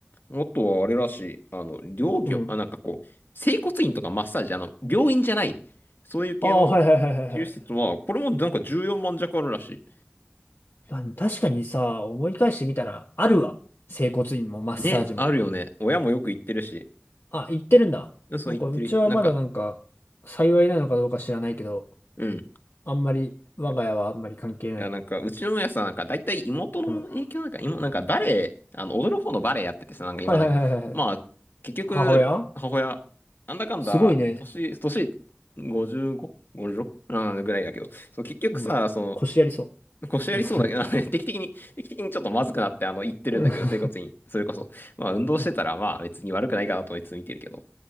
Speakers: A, on the left (about 60°); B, on the left (about 75°).
A: あとはあれらしい。あの、療業、
B: うん。
A: あ、なんかこう、整骨院とかマッサージ、まあの、病院じゃない、そういう系の
B: ああ、はいはいはいはいはい。
A: 治療施設は、これもなんか14万弱あるらし
B: まあ、確かにさ、思い返してみたら、あるわ。整骨院もマッサージも。
A: い。ね、あるよね。親もよく行ってるし。
B: あ、行ってるんだ。
A: でそう言ってる。
B: なんか、うちはまだなんか、
A: なんか、
B: 幸いなのかどうか知らないけど、
A: うん。
B: あんまり、我が家はあんまり関係ない。
A: いや、いやなんか、うちの親さ、なんか、だいたい妹の影響なんか、
B: うん。は
A: 妹、なんか、バレエ、あの、踊る方のバレエやっててさ、なんか、未だに。
B: いはいはいはいはい。
A: まあ、結局、
B: 母親
A: 母親、なんだかんだ、
B: すごいね。
A: 年、年 55?56? ぐらいだけど、そう、結局さ、
B: うん。
A: その、
B: 腰やりそ
A: <laughs> 腰やりそうだけど、
B: う。うん。
A: <laughs> ね、定期的に、定期的にちょっとまずくなって、あの、言ってるんだけど、
B: <laughs>
A: 整骨院。それこそ。まあ、運動してたら、
B: うん
A: まあ、別に悪くないかなと思いつつ見てるけど。